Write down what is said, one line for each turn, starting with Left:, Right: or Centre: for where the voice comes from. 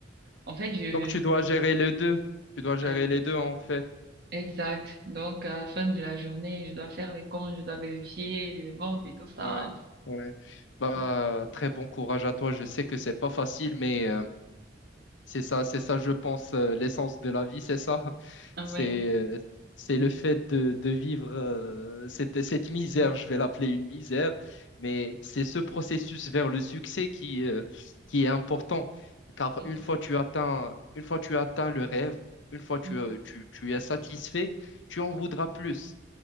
Right: en fait, je
Left: Donc tu dois gérer les deux. Tu dois gérer
Right: euh,
Left: les deux en fait.
Right: Exact. Donc, à la fin de la journée, je dois faire les comptes, je dois vérifier les ventes et tout ça.
Left: Ouais. Ouais. Bah
Right: C'est-
Left: très bon courage à toi. Je sais que c'est pas facile, mais euh, C'est ça, c'est ça, je pense, euh, l'essence de la vie, c'est ça. <laughs>
Right: Ah
Left: C'est
Right: ouais.
Left: euh, c'est le fait de, de vivre euh, cette, cette misère, je vais l'appeler une misère, mais c'est ce processus vers le succès qui, euh, qui est important. Car
Right: Exact.
Left: une fois tu atteins, une fois tu atteins le rêve, une fois tu,
Right: Mm.
Left: euh, tu, tu es satisfait, tu en voudras plus.